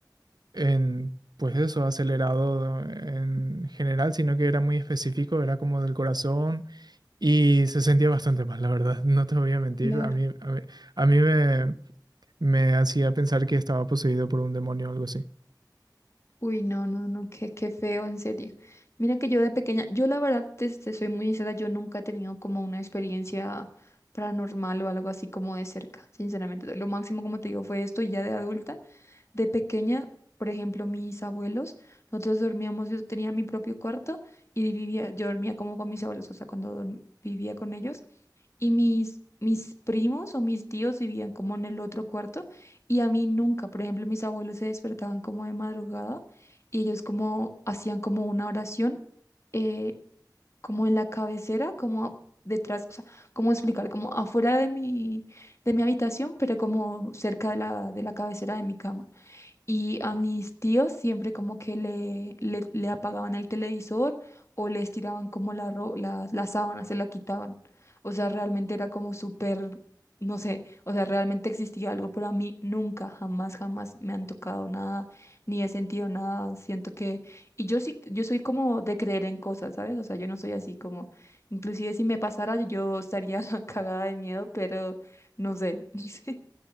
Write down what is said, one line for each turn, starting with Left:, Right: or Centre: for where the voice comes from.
Right: en, pues eso, acelerado en general, sino que era muy específico, era como del corazón. Y se sentía bastante mal, la verdad, no te voy a mentir.
Left: Claro.
Right: A mí, a mí, a mí me, me hacía pensar que estaba poseído por un demonio o algo así.
Left: Uy, no, no, no, qué, qué feo, en serio. Mira que yo de pequeña, yo la verdad, te, te soy muy sincera, yo nunca he tenido como una experiencia paranormal o algo así como de cerca, sinceramente. Lo máximo, como te digo, fue esto y ya de adulta. De pequeña, por ejemplo, mis abuelos, nosotros dormíamos, yo tenía mi propio cuarto y vivía, yo dormía como con mis abuelos, o sea, cuando dorm- vivía con ellos. Y mis, mis primos o mis tíos vivían como en el otro cuarto y a mí nunca, por ejemplo, mis abuelos se despertaban como de madrugada y ellos como hacían como una oración eh, como en la cabecera, como detrás, o sea, cómo explicar, como afuera de mi, de mi habitación, pero como cerca de la, de la cabecera de mi cama. Y a mis tíos siempre como que le, le, le apagaban el televisor o les tiraban como la, ro- la, la sábana, se la quitaban. O sea, realmente era como súper, no sé, o sea, realmente existía algo, pero a mí nunca, jamás, jamás me han tocado nada, ni he sentido nada. Siento que, y yo sí, yo soy como de creer en cosas, ¿sabes? O sea, yo no soy así como, inclusive si me pasara, yo estaría <laughs> cagada de miedo, pero no sé, <laughs> no sé,